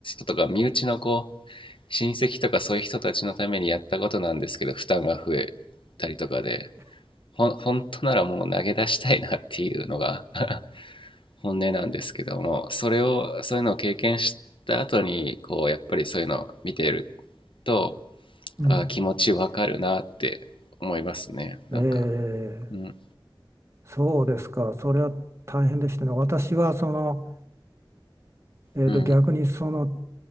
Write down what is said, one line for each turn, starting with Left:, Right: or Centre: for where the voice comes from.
Left: とか身内のこう親戚とかそういう人たちのためにやったことなんですけど負担が増えたりとかでほん本当ならもう投げ出したいなっていうのが <laughs> 本音なんですけどもそれをそういうのを経験した後にこうやっぱりそういうのを見てると
Right: うん。
Left: あ気持ちわかるなって思いますねなんか
Right: ええ、
Left: うん
Right: そうですか。それは大変でしたね。私は、その、えっと、
Left: うん
Right: 逆に、その、